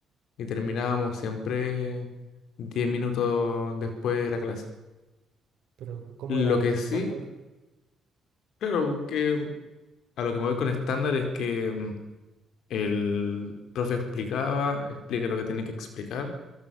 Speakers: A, on the left (about 75°); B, on the right (about 75°).
A: y terminábamos siempre 10 minutos después de la clase.
B: Pero, ¿cómo
A: Lo
B: era?
A: que
B: ¿Estándar?
A: sí, claro, que a lo que me voy con estándar es que mm, el profe explicaba, explica lo que tiene que explicar